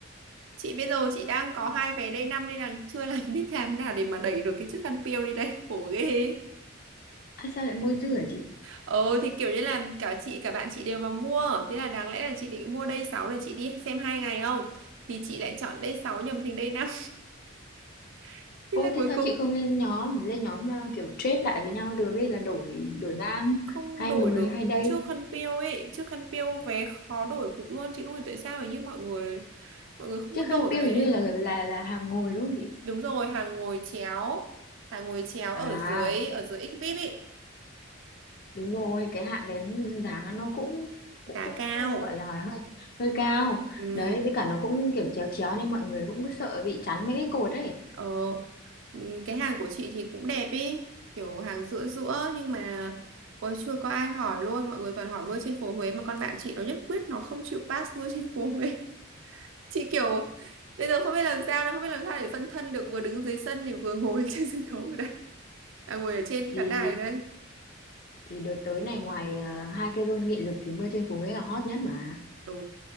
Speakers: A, on the right; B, on the left.
A: Chị bây giờ chị đang có hai vé day 5 nên là chưa làm <laughs> biết làm nào để mà đẩy được cái chiếc khăn piêu đi đây khổ ghê
B: à, sao lại mua dư hả chị
A: ờ thì kiểu như là cả chị cả bạn chị đều vào mua thế là đáng lẽ là chị định mua day sáu để chị đi xem hai ngày không thì chị lại chọn day 6 nhầm thành day năm <laughs> thế
B: ô
A: là
B: thế
A: cuối
B: sao
A: cùng
B: chị không lên nhóm lên nhóm ờ, kiểu trade lại với nhau được ấy là đổi đổi ngang
A: không
B: hai
A: đổi
B: người
A: được
B: hai đây
A: trước khăn piêu ấy trước khăn piêu vé khó đổi cực luôn chị không hiểu tại sao ấy nhưng mọi người mọi người không
B: chiếc
A: muốn
B: khăn
A: đổi
B: piêu
A: cái đấy
B: hình như là là là hàng ngồi đúng không chị
A: đúng rồi hàng ngồi chéo hàng ngồi chéo ở
B: à
A: dưới ở dưới XVIP ấy
B: đúng rồi cái hạng đến giá nó cũng cũng
A: giá
B: cũng
A: cao
B: ờ, gọi là hơi hơi cao
A: ừ
B: đấy với cả nó cũng kiểu chéo chéo nên mọi người cũng cứ sợ bị chắn mấy cái cột ấy
A: Ờ, ừm, cái hàng của chị thì cũng đẹp ý, kiểu hàng giữa giữa nhưng mà ôi, chưa có ai hỏi luôn, mọi người toàn hỏi mưa trên phố Huế mà con bạn chị nó nhất quyết nó không chịu pass mưa trên phố Huế. <laughs> Chị kiểu bây giờ không biết làm sao, đang không biết làm sao để phân thân được vừa đứng dưới sân thì vừa ngồi <laughs> trên sân khấu ở đây, à, ngồi ở trên
B: thì
A: khán đài ở đây.
B: thì đợt tới này ngoài ờ, hai cái rôn nghị lực thì mưa trên phố Huế là hot nhất mà
A: Ừ,